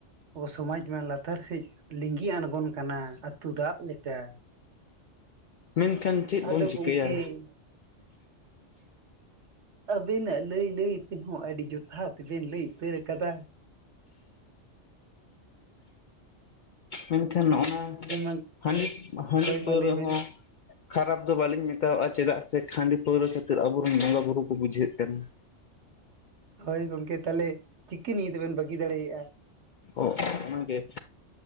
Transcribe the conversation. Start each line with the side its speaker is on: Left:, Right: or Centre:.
Right: ᱟᱵᱚ ᱥᱚᱢᱟᱡᱽ ᱢᱟ ᱞᱟᱛᱟᱨ ᱥᱮᱡ ᱞᱤᱸᱜᱤ ᱟᱸᱬᱜᱚᱱ ᱠᱟᱱᱟ ᱟᱛᱩ ᱫᱟᱜ ᱞᱮᱠᱟ᱾
Left: ᱢᱮᱱᱠᱷᱟᱱ ᱪᱮᱫ ᱵᱚᱱ
Right: ᱟᱫᱚ
Left: ᱪᱤᱠᱟᱹᱭᱟ᱾
Right: ᱜᱚᱝᱠᱮ ᱟᱵᱤᱱᱟᱜ ᱞᱟᱹᱭ ᱞᱟᱹᱭ ᱛᱮᱦᱚᱸ ᱟᱰᱤ ᱡᱚᱛᱷᱟᱛ ᱵᱮᱱ ᱞᱟᱹᱭ ᱩᱛᱟᱹᱨ ᱠᱟᱫᱟ᱾
Left: ᱢᱮᱱᱠᱷᱟᱱ ᱱᱚᱜ-ᱱᱟ
Right: ᱦᱮᱸ ᱢᱟ
Left: ᱦᱟᱸᱰᱤ ᱦᱟᱸᱰᱤ
Right: ᱦᱳᱭ
Left: ᱯᱟᱹᱣᱨᱟᱹ
Right: ᱢᱟ ᱞᱟᱹᱭ ᱵᱮᱱ
Left: ᱦᱚᱸ᱾ ᱠᱷᱟᱨᱟᱯ ᱫᱚ ᱵᱟᱞᱤᱧ ᱢᱮᱛᱟᱣᱟᱜ-ᱟ ᱪᱮᱫᱟᱜ ᱥᱮ ᱠᱷᱟᱸᱰᱤ ᱯᱟᱹᱣᱨᱟᱹ ᱠᱷᱟᱹᱛᱤᱨ ᱟᱵᱚᱨᱮᱱ ᱵᱚᱸᱜᱟ ᱵᱩᱨᱩ ᱠᱚ ᱵᱩᱡᱷᱟᱹᱜ ᱠᱟᱱᱟ᱾
Right: ᱦᱳᱭ ᱜᱚᱢᱠᱮ ᱛᱟᱦᱞᱮ ᱪᱤᱠᱟᱹ ᱱᱤᱭᱟᱹ ᱫᱚᱵᱮᱱ ᱵᱟᱹᱜᱤ ᱫᱟᱲᱮᱭᱟᱜ-ᱟ᱾
Left: ᱚ ᱚᱱᱟᱜᱮ